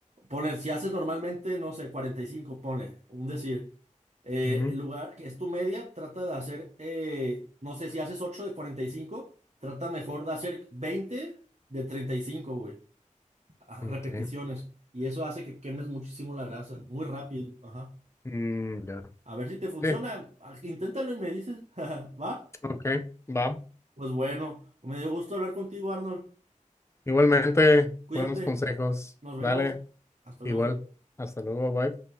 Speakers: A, on the right; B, on the left.
A: Ponle, si haces normalmente, no sé, 45 ponle, un decir. Eh,
B: ujú,
A: el lugar que es tu media, trata de hacer, eh, no sé, si haces 8 de 45 trata mejor de hacer 20 de 35, güey. Ah,
B: ok.
A: repeticiones. Y eso hace que quemes muchísimo la grasa, muy rápido. Ajá.
B: mm, ya.
A: A ver si te funciona.
B: Sí,
A: Ah, Inténtalo y me dices. <laughs> ¿Va?
B: ok, va.
A: Pues bueno, me dio gusto hablar contigo, Arnold.
B: Igualmente,
A: Cuídate.
B: buenos consejos.
A: Nos vemos.
B: Dale,
A: Hasta
B: igual.
A: luego.
B: Hasta luego, bye.